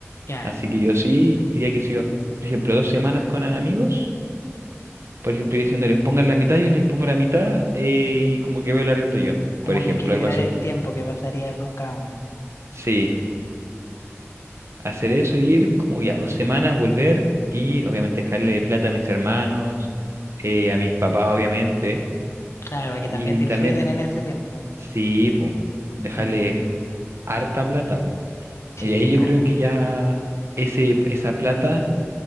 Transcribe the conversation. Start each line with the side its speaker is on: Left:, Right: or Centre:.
Left: Ya.
Right: Así que yo sí iría que si yo, por ejemplo, dos semanas con amigos, por ejemplo, diciéndoles pongan la mitad, yo les pongo la mitad eh, y como que veo el arriendo yo,
Left: como
Right: por ejemplo,
Left: que equilibrar
Right: algo así.
Left: el tiempo que pasaría con cada una,
Right: Sí, hacer eso, ir como ya dos semanas, volver y obviamente dejarle plata a mis hermanos, eh, a mis papás, obviamente,
Left: Claro, para
Right: y
Left: que también disfruten
Right: también,
Left: en ese tiempo.
Right: sí, po, dejarle
Left: Mm,
Right: harta plata, po.
Left: sí,
Right: Y ahí yo
Left: obvio,
Right: creo que ya ese, esa plata,